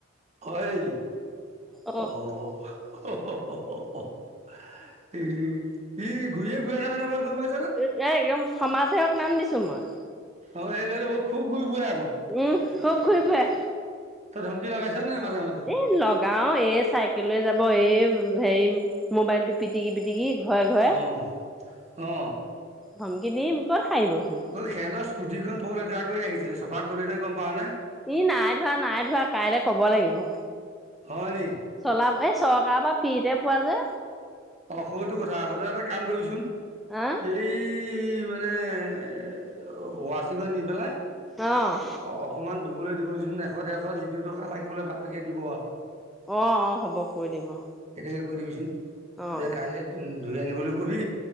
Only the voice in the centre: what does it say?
অ
এই একদম সমাজসেৱক নাম দিছো মই।
উমঁ, খুব ঘূৰি ফুৰে।
এই লগাও, এই চাইকেল লৈ যাব, এই হেৰি মোবাইলটো পিটিকি-পিটিকি। ঘৰে-ঘৰে
ধমকি দিম ক'ত সাৰিবি।
ই নাই ধোৱা, নাই ধোৱা কাইলে ক'ব লাগিব।
চলাই ফূৰে, এই চৰকাৰৰ পৰা ফ্ৰীতে পোৱা যে।
আ
অঁহ।
অ, অ, হ'ব, কৈ দিম অ,
অ
অ